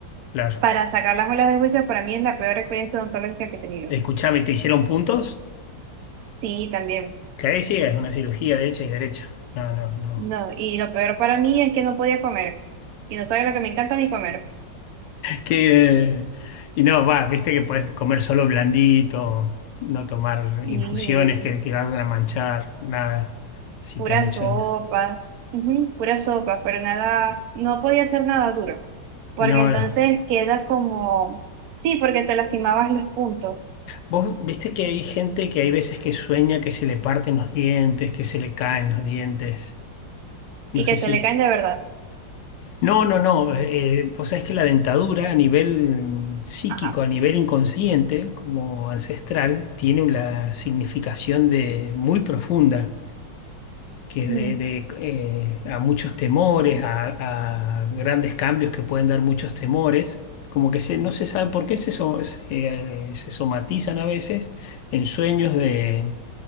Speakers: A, on the left (about 75°); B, on the right (about 70°).
A: claro.
B: Para sacar las muelas del juicio, para mí es la peor experiencia odontológica que he tenido.
A: Escuchame, ¿te hicieron puntos?
B: Sí, también.
A: Claro, sí, es una cirugía de hecha y derecha. No, no, no.
B: No, y lo peor para mí es que no podía comer. Y no sabía lo que me encanta ni comer.
A: Que, y no, va, viste que puedes comer solo blandito, no tomar
B: Sí,
A: infusiones que, que vayan a manchar, nada, si
B: puras
A: te has hecho
B: sopas,
A: una.
B: ujú, puras sopas, pero nada, no podía hacer nada duro. Porque
A: No,
B: entonces
A: no.
B: queda como, sí, porque te lastimabas los puntos.
A: vos viste que hay gente que hay veces que sueña que se le parten los dientes, que se le caen los dientes. No
B: y
A: sé
B: que se
A: si.
B: le caen de verdad.
A: No, no, no. eh, eh, vos sabés que la dentadura a nivel mm, psíquico,
B: Ajá.
A: a nivel inconsciente, como ancestral, tiene una significación de muy profunda. que de,
B: Mm.
A: de, eh, a muchos temores, a, a grandes cambios que pueden dar muchos temores, como que se, no se sabe por qué se, so- se, eh, se somatizan a veces en sueños de,